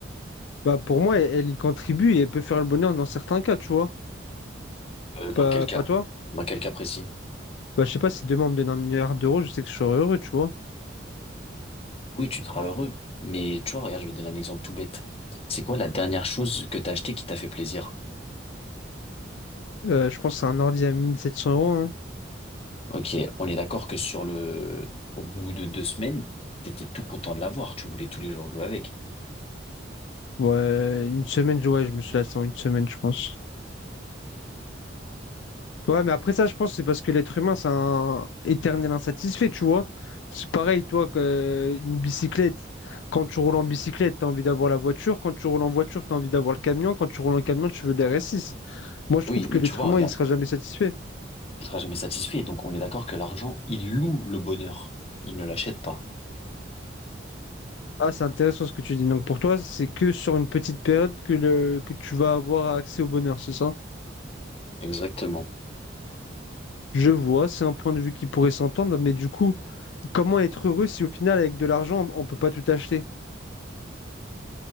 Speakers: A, on the left; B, on the left.
A: Bah, pour moi, elle, elle y contribue et elle peut faire le bonheur dans certains cas, tu vois.
B: Euh, dans
A: Pas,
B: quel
A: pas
B: cas?
A: toi?
B: Dans quel cas précis?
A: Bah, je sais pas si demain on me donne un milliard d'euros, je sais que je serai heureux, tu vois.
B: Oui, tu seras heureux, mais tu vois, regarde, je vais te donner un exemple tout bête. C'est quoi la dernière chose que t'as achetée qui t'a fait plaisir?
A: Euh, je pense à un ordi à 1700 euros. hein.
B: Ok, on est d'accord que sur le, au bout de deux semaines, t'étais tout content de l'avoir, tu voulais tous les jours jouer avec.
A: Ouais, une semaine, je- ouais, je me suis lassé en une semaine, je pense. Ouais, mais après ça, je pense que c'est parce que l'être humain, c'est un éternel insatisfait, tu vois. C'est pareil, toi, que euh, une bicyclette. Quand tu roules en bicyclette, tu as envie d'avoir la voiture. Quand tu roules en voiture, tu as envie d'avoir le camion. Quand tu roules en camion, tu veux l'RS6. Moi, je
B: Oui,
A: trouve que
B: mais
A: l'être
B: tu vois,
A: humain,
B: regarde,
A: il sera jamais satisfait.
B: il sera jamais satisfait, donc on est d'accord que l'argent, il loue le bonheur, il ne l'achète pas.
A: Ah, c'est intéressant ce que tu dis. Donc, pour toi, c'est que sur une petite période que, le... que tu vas avoir accès au bonheur, c'est ça?
B: Exactement.
A: Je vois, c'est un point de vue qui pourrait s'entendre, mais du coup, comment être heureux si au final, avec de l'argent, on peut pas tout acheter?